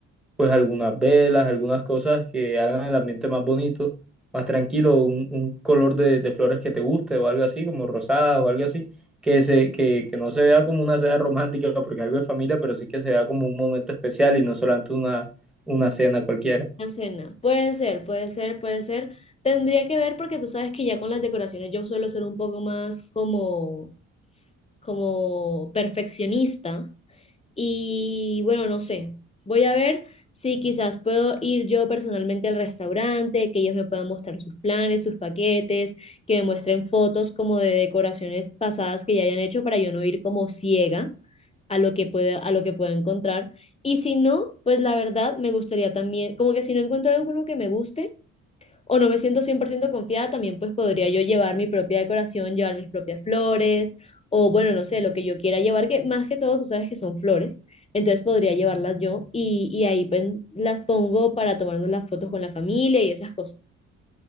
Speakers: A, in the centre; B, on the left (about 20°).
A: pues algunas velas, algunas cosas que hagan el ambiente más bonito, más tranquilo, un, un color de, de flores que te guste o algo así, como rosadas o algo así, que, se, que, que no se vea como una cena romántica porque algo de familia, pero sí que se vea como un momento especial y no solamente una, una cena cualquiera.
B: Una cena. Puede ser, puede ser, puede ser. Tendría que ver porque tú sabes que ya con las decoraciones yo suelo ser un poco más como como perfeccionista y bueno, no sé, voy a ver si quizás puedo ir yo personalmente al restaurante, que ellos me puedan mostrar sus planes, sus paquetes, que me muestren fotos como de decoraciones pasadas que ya hayan hecho para yo no ir como ciega a lo que pueda, a lo que pueda encontrar. Y si no, pues la verdad me gustaría también, como que si no encuentro alguno que me guste, o no me siento 100% confiada, también pues podría yo llevar mi propia decoración, llevar mis propias flores, o bueno, no sé, lo que yo quiera llevar, que más que todo tú sabes que son flores, entonces podría llevarlas yo y, y ahí pues, las pongo para tomarnos las fotos con la familia y esas cosas.